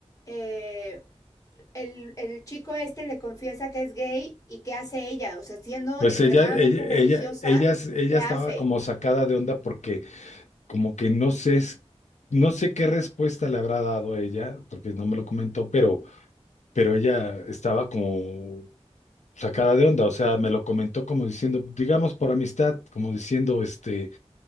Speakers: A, on the left; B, on the left.
A: Eh, el, el chico este le confiesa que es gay y ¿qué hace ella? O sea, siendo
B: Pues
A: extremadamente
B: ella, ella,
A: religiosa,
B: ella, ella, ella
A: ¿qué
B: estaba
A: hace?
B: como sacada de onda porque como que no sé, es- no sé qué respuesta le habrá dado ella, porque no me lo comentó, pero, pero ella estaba como sacada de onda, o sea, me lo comentó como diciendo, digamos por amistad, como diciendo, este,